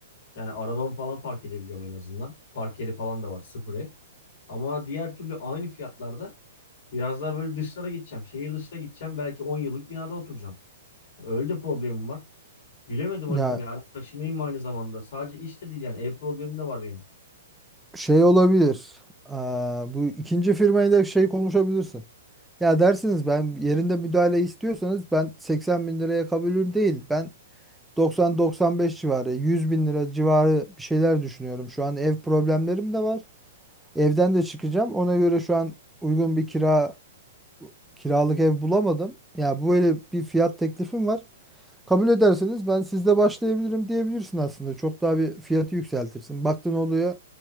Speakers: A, on the left (about 55°); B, in the centre.
A: Yani arabamı falan park edebiliyorum en azından. Park yeri falan da var. Sıfır ev. Ama diğer türlü aynı fiyatlarda Biraz daha böyle dışlara gideceğim. Şehir dışına gideceğim. Belki 10 yıllık binada oturacağım. Öyle de problemim var. Bilemedim hacım
B: Ya
A: ya Taşınayım mı aynı zamanda? Sadece işte de değil yani. Ev problemim de var benim.
B: Şey olabilir. Aa, bu ikinci firmayla şey konuşabilirsin. Ya dersiniz ben yerinde müdahale istiyorsanız ben 80 bin liraya kabulüm değil. Ben 90-95 civarı 100 bin lira civarı bir şeyler düşünüyorum. Şu an ev problemlerim de var. Evden de çıkacağım. Ona göre şu an uygun bir kira kiralık ev bulamadım. Ya böyle bir fiyat teklifim var. Kabul ederseniz ben sizde başlayabilirim diyebilirsin aslında. Çok daha bir fiyatı yükseltirsin. Baktın oluyor